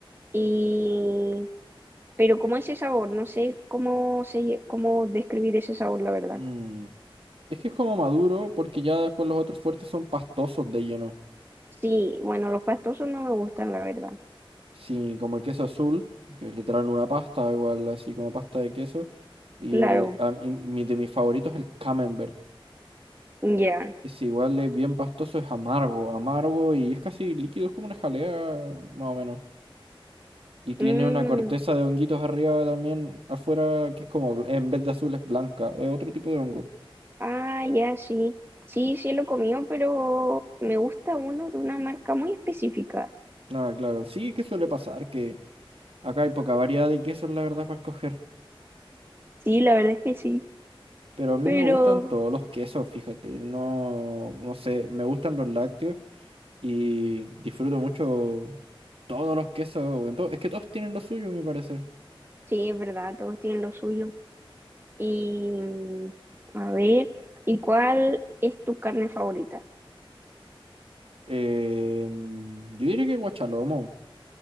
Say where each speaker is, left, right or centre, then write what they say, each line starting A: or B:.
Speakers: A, on the right; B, on the right.
A: y... pero como ese sabor, no sé cómo, se, cómo describir ese sabor, la verdad.
B: Mm, Es que es como maduro porque ya después los otros fuertes son pastosos de lleno.
A: Sí, bueno, los pastosos no me gustan, la verdad.
B: Sí, como el queso azul, que es literal una pasta, igual así como pasta de queso. Y
A: Claro,
B: el a mí- mi, de mis favoritos es el camembert.
A: ya.
B: Es igual, es bien pastoso, es amargo, amargo y es casi líquido, es como una jalea más o menos. Y tiene
A: Mm,
B: una corteza de honguitos arriba también, afuera, que es como, bl- en vez de azul es blanca, es otro tipo de hongo.
A: Ah, ya, sí. Sí, sí lo he comido, pero me gusta uno de una marca muy específica.
B: Nada, claro, sí, es que suele pasar, que acá hay poca variedad de quesos, la verdad, para escoger.
A: Sí, la verdad es que sí.
B: Pero a mí
A: Pero
B: me gustan todos los quesos, fíjate. No, no sé, me gustan los lácteos y disfruto mucho todos los quesos. o en to- es que todos tienen lo suyo, me parece.
A: sí, es verdad, todos tienen lo suyo. Y mm, a ver, ¿y cuál es tu carne favorita?
B: Em, yo diría que guachalomo,